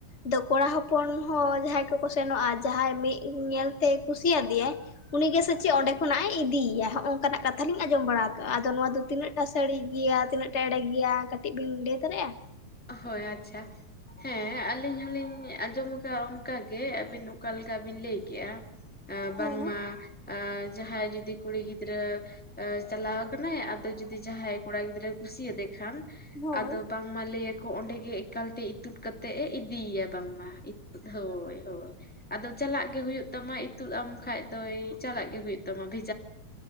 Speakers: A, on the left (about 50°); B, in the centre.
A: ᱫᱚ ᱠᱚᱲᱟ ᱦᱚᱯᱚᱱ ᱦᱚᱸ ᱡᱟᱦᱟᱸᱭ ᱠᱚ ᱠᱚ ᱥᱮᱱᱚᱜᱼᱟ ᱡᱟᱦᱟᱸᱭ ᱢᱤᱫ ᱧᱮᱞᱛᱮ ᱠᱩᱥᱤᱭᱟᱫᱮᱭᱟᱭ ᱩᱱᱤ ᱜᱮ ᱥᱮᱪ ᱪᱮᱫ ᱚᱸᱰᱮ ᱠᱷᱚᱱᱟᱜᱼ ᱮ ᱤᱫᱤᱭᱟ ᱦᱚᱜᱼᱚᱝᱠᱟᱱᱟᱜ ᱠᱟᱛᱷᱟ ᱞᱤᱧ ᱟᱸᱡᱚᱢ ᱵᱟᱲᱟ ᱠᱟ ᱟᱫᱚ ᱱᱚᱣᱟ ᱫᱚ ᱛᱤᱱᱟᱹᱜ ᱴᱟ ᱥᱟᱲᱤ ᱜᱮᱭᱟ ᱛᱤᱱᱟᱹᱜ ᱴᱟ ᱮᱲᱮ ᱜᱮᱭᱟ ᱠᱟᱹᱴᱤᱡ ᱵᱤᱱ ᱞᱟᱹᱭ ᱫᱟᱲᱮᱜᱼᱟ?
B: ᱦᱳᱭ, ᱟᱪᱪᱷᱟ, ᱦᱮᱸ ᱟᱹᱞᱤᱧ ᱦᱚᱸᱞᱤᱧ ᱟᱸᱡᱚᱢ ᱠᱟᱜᱼᱟ ᱚᱱᱠᱟ ᱜᱮ ᱟᱹᱵᱤᱱ ᱚᱠᱟ ᱞᱮᱠᱟ ᱵᱤᱱ ᱞᱟᱹᱭ ᱠᱮᱜᱼᱟ᱾
A: ᱦᱮᱸ
B: ᱵᱟᱝ ᱢᱟ ᱡᱟᱦᱟᱸᱭ ᱡᱩᱫᱤ ᱠᱩᱲᱤ ᱜᱤᱫᱽᱨᱟᱹ, ᱪᱟᱞᱟᱣ ᱠᱟᱱᱟᱭ ᱟᱫᱚ ᱡᱩᱫᱤ ᱡᱟᱦᱟᱸᱭ ᱠᱚᱲᱟ ᱜᱤᱫᱽᱨᱟᱹ ᱠᱩᱥᱤᱭᱟᱫᱮ ᱠᱷᱟᱱ
A: ᱦᱳᱭ
B: ᱟᱫᱚ ᱵᱟᱝ ᱢᱟ ᱞᱟᱹᱭ ᱟᱠᱚ ᱚᱸᱰᱮ ᱜᱮ ᱮᱠᱟᱞ ᱛᱮ ᱤᱛᱩᱫ ᱠᱟᱛᱮᱜ ᱮ ᱤᱫᱤᱭᱟ᱾ ᱵᱟᱝ ᱢᱟ, ᱦᱳᱭ ᱦᱳᱭ ᱟᱫᱚ ᱪᱟᱞᱟᱜ ᱜᱮ ᱦᱳᱭᱳᱜ ᱛᱟᱢᱟ ᱤᱛᱩᱫ ᱟᱢ ᱠᱷᱟᱡ ᱫᱚᱭ ᱪᱟᱞᱟᱜ ᱜᱮ ᱦᱳᱭᱳᱜ ᱛᱟᱢᱟ ᱵᱷᱮ